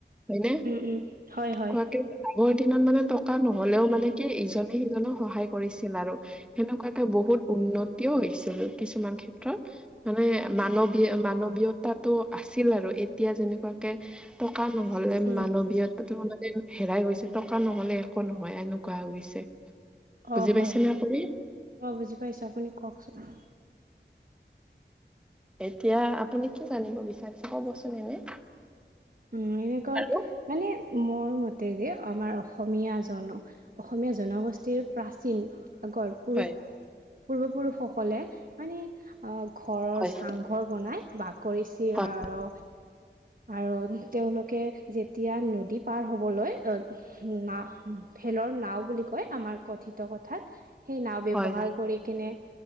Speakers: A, in the centre; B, on the right (about 50°).
A: হয়নে?
B: উম উম হয় হয়
A: <unintelligible> আগৰ দিনত মানে টকা নহলেও মানে কে ইজনে-সিজনক সহায় কৰিছিল আৰু সেনেকুৱাকে বহুত উন্নতিও হৈছিল, কিছুমান ক্ষেত্ৰত, মানে মানৱীয়-মানৱীয়তাটো আছিল আৰু এতিয়া যেনেকুৱাকে টকা নহলে
B: উম
A: মানৱীয়তাটো মানে হেৰাই গৈছে, টকা নহ'লে একো নহয় এনো কুৱা হৈ গৈছে। বুজি
B: অ
A: পাইছেনে
B: হয় হয়
A: আপুনি?
B: অ বুজি পাইছো আপুনি কওকচোন
A: এতিয়া আপুনি কি জানিব বিচাৰিছে? কবচোন এনে।
B: উম, এনেকুৱা
A: আৰু
B: মানে মোৰ মতে দি আমাৰ অসমীয়া জন, অসমীয়া জনগোষ্ঠীৰ প্ৰাচীন আগৰ পুৰুষ,
A: হয়
B: পূৰ্বপুৰুষসকলে মানে অ', ঘৰৰ
A: হয়
B: চাংঘৰ বনাই বাহ কৰিছি
A: হয়
B: আৰু আৰু তেওঁলোকে যেতিয়া নদী পাৰ হ'বলৈ, না ভেলৰ নাও বুলি কয় আমাৰ কথিত কথাত, সেই নাও ব্যবহাৰ
A: হয় হয়
B: কৰি কিনে